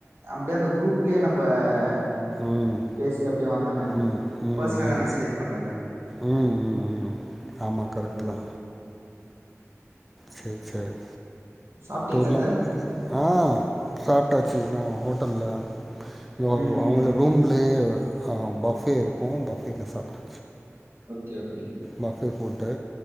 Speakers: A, on the right (about 55°); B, in the centre.
A: அப்டியே அந்த குரூப்லயே நம்ம ப
B: ம்
A: பேசி அப்டியே வந்தானே
B: ம் ம்
A: பர்சனலா
B: ம்
A: மெசேஜ் பண்ணல்ல
B: ம் ம் ம் ஆமா கரெக்ட்
A: அதுதான்
B: தா சேரி சேரி
A: சாப்படீங்களா
B: டூர்லா
A: சார்
B: ஆ சாப்டாச்சு நான ஹோட்டல்ல தான் <unintelligible>
A: ம்
B: அவங்கள ரூம்லயே ஆ பஃபே இருக்கோ பஃபேல சாப்டு
A: ஓகே ஓகே
B: பஃபே புட்டு